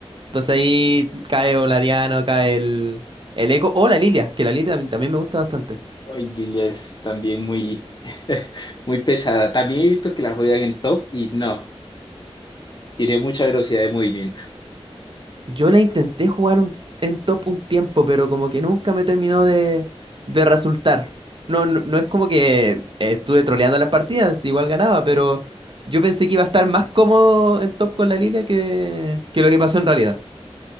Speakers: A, on the right; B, on the left.
A: Entonces ahí cae o la Diana o cae el, el Eco o la Lilia, que la Lilia también, también me gusta bastante.
B: Ay, Lilia es también muy <laughs> muy pesada. También he visto que la juegan en top y no, tiene mucha velocidad de movimiento.
A: Yo la intenté jugar un- en top un tiempo, pero como que nunca me terminó de, de resultar. No, no, no es como que eh, estuve troleando las partidas, igual ganaba, pero yo pensé que iba a estar más cómodo en top con la Lilia que, que lo que pasó en realidad.